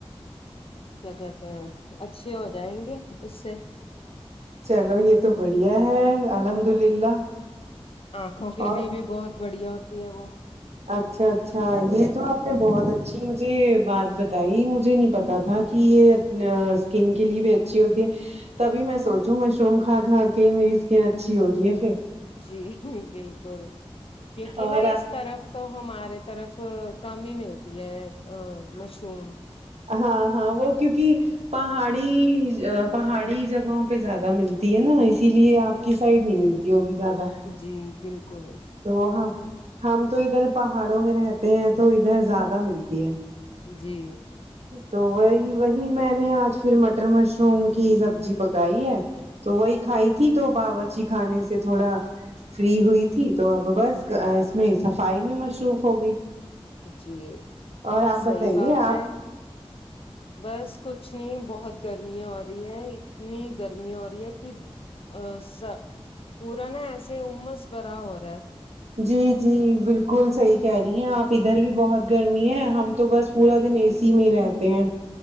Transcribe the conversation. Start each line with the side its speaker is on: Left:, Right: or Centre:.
Left: کیا کہتے ہیں اچھے ہو جائیں گے اس سے
Right: چلو یہ تو بڑھیا ہے الحمد للہ
Left: آنکھوں کے
Right: اور
Left: لیے بھی بہت بڑھیا ہوتی ہے وہ
Right: اچھا اچھا یہ تو آپ نے بہت اچھی مجھے بات بتائی مجھے نہیں پتا تھا کہ یہ ا اسکن کے لیے بھی اچھی ہوتی ہے تبھی میں سوچوں مشروم کھا کھا کے میری اسکن اچھی ہو رہی ہے پھر
Left: جی بالکل کیونکہ
Right: اور
Left: نا اس طرف تو ہمارے طرف کم ہی ملتی ہے ا مشروم
Right: ہاں ہاں وہ کیونکہ پہاڑی پہاڑی جگہوں پہ زیادہ ملتی ہے نا اسی لیے آپ کی سائڈ نہیں ملتی ہوگی زیادہ
Left: جی بالکل
Right: تو ہاں ہم تو ادھر پہاڑوں میں رہتے ہیں تو ادھر زیادہ ملتی ہے
Left: جی
Right: تو وہی وہی میں نے آج پھر مٹن مشر مشروم کی سبزی پکائی ہے تو وہی کھائی تھی تو باورچی خانے سے تھوڑا فری ہوئی تھی تو اب بس اس میں صفائی بھی مصروف ہو گئی
Left: جی
Right: اور آپ
Left: صحیح
Right: بتائیے
Left: بات
Right: آپ
Left: ہے بس کچھ نہیں بہت گرمی ہو رہی ہے اتنی گرمی ہو رہی ہے کہ ا سب پورا نا ایسے امس بھرا ہو رہا ہے
Right: جی جی بالکل صحیح کہہ رہی ہیں آپ ادھر بھی بہت گرمی ہے ہم تو بس پورا دن اے سی میں ہی رہتے ہیں